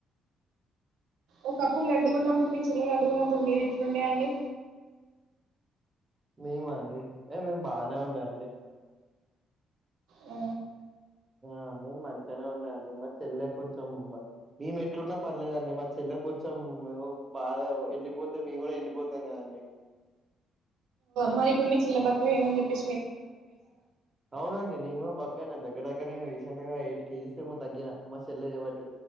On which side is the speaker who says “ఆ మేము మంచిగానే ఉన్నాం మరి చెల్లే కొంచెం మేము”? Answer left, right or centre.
Right